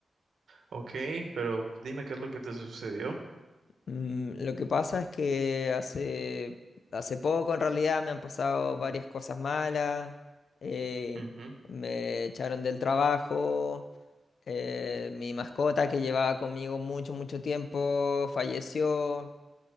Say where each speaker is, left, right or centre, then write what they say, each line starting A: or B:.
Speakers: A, on the right; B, on the left.
A: Ok, pero dime qué es lo que te sucedió.
B: Mm, lo que pasa es que hace, hace poco en realidad me han pasado varias cosas malas, eh,
A: Ujú,
B: me echaron del trabajo, eh, mi mascota que llevaba conmigo mucho, mucho tiempo falleció.